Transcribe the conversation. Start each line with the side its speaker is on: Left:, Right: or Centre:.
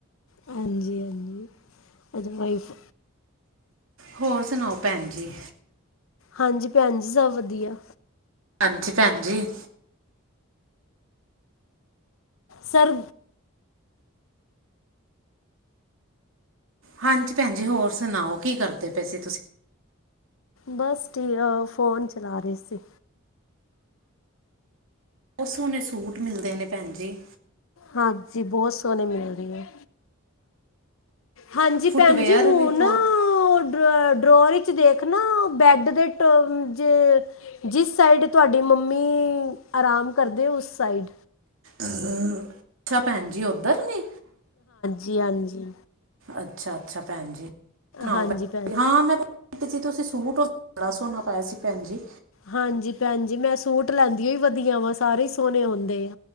Left: ਹਾਂਜੀ ਹਾਂਜੀ ਅ ਵਾਈਫ
Right: ਹੋਰ ਸੁਣਾਓ ਭੈਣ ਜੀ।
Left: ਹਾਂਜੀ। ਭੈਣ ਜੀ ਸਭ ਵਧੀਆ।
Right: ਹਾਂਜੀ ਭੈਣ ਜੀ
Left: ਸਰ
Right: ਹਾਂਜੀ ਭੈਣ ਜੀ ਹੋਰ ਸੁਣਾਓ ਕੀ ਕਰਦੇ ਪਏ ਸੀ ਤੁਸੀਂ?
Left: ਬਸ ਠੀਕ ਫੋਨ ਚਲਾ ਰਹੀ ਸੀ।
Right: ਬਹੁਤ ਸੋਹਣੇ ਸੂਟ ਮਿਲਦੇ ਨੇ ਭੈਣ ਜੀ।
Left: ਹਾਂਜੀ ਬਹੁਤ ਸੋਹਣੇ ਮਿਲੇ ਨੇ। ਹਾਂਜੀ
Right: ਫੁੱਟਵੇਅਰ
Left: ਭੈਣ ਜੀ ਰੂ
Right: ਵੀ
Left: ਨਾ
Right: ਬਹੁਤ
Left: ਓ ਡਰਾ ਡਰਾਰ ਵਿੱਚ ਵਿੱਚ ਦੇਖ ਨਾ ਬੈਡ ਦੇ ਟ ਜੇ ਜਿਸ ਸਾਈਡ ਤੁਹਾਡੀ ਮੰਮੀ ਆਰਾਮ ਕਰਦੇ ਉਸ ਸਾਈਡ
Right: ਅਹ <inaudible> ਅੱਛਾ ਭੈਣ ਜੀ ਓਧਰ ਨੇ
Left: ਜੀ ਹਾਂਜੀ
Right: ਅੱਛਾ ਅੱਛਾ ਭੈਣ ਜੀ <unintelligible>
Left: ਹਾਂਜੀ ਭੈਣ
Right: ਹਾਂ ਮੈਂ ਤੁਸੀਂ ਸੂਟ ਓ ਬੜਾ ਸੋਣਾ ਪਾਇਆ ਸੀ ਭੈਣ ਜੀ
Left: ਹਾਂਜੀ ਭੈਣ ਜੀ ਮੈਂ ਸੂਟ ਲੈਂਦੀ ਓ ਵਧੀਆ ਵਾ ਸਾਰੇ ਈ ਸੋਣੇ ਹੁੰਦੇ ਐ